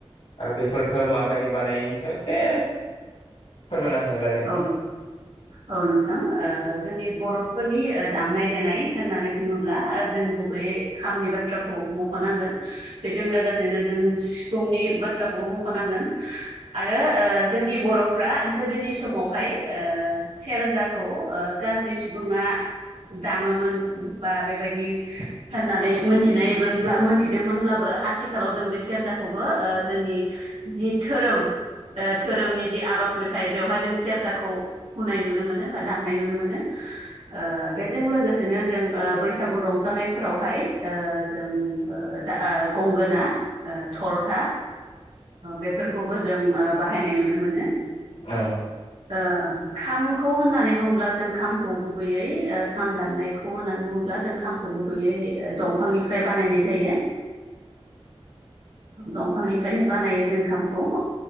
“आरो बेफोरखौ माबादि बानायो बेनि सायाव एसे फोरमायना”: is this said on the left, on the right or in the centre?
Left